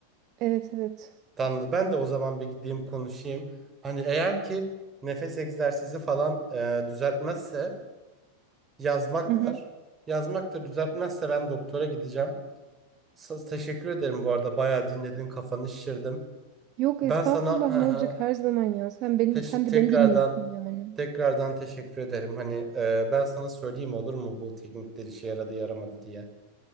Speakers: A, on the right; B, on the right.
A: evet evet.
B: Tamam ben de o zaman bir gideyim konuşayım. Hani eğer ki nefes egzersizi falan e, düzeltmezse yazmak
A: Hı
B: var.
A: hı.
B: Yazmak da düzeltmezse ben doktora gideceğim. S- teşekkür ederim bu arada bayağı dinledin kafanı şişirdim.
A: Yok
B: Ben
A: estağfurullah
B: sana hı
A: ne olacak
B: hı,
A: her zaman ya. Sen beni
B: teş-
A: sen
B: tekrardan
A: de beni dinliyorsun yani.
B: tekrardan teşekkür ederim. Hani e, ben sana söyleyeyim olur mu bu teknikler işe yaradı yaramadı diye.